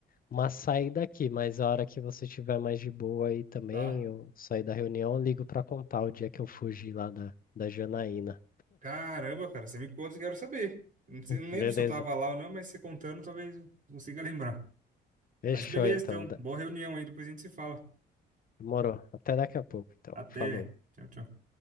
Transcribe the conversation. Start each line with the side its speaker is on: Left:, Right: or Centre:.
Left: uma saída aqui, mas a hora que você tiver mais de boa aí também,
Right: Tá.
Left: eu sair da reunião, eu ligo pra contar o dia que eu fugi lá da, da Janaína.
Right: Caramba, cara, você me conta que eu quero saber. Não sei, não lembro
Left: Beleza,
Right: se eu tava lá ou não, mas você contando talvez eu consiga lembrar.
Left: fechou
Right: Mas beleza,
Left: então.
Right: então.
Left: da-
Right: Boa reunião aí, depois a gente se fala.
Left: Demorou. Até daqui a pouco, então.
Right: Até.
Left: Falou.
Right: Tchau, tchau.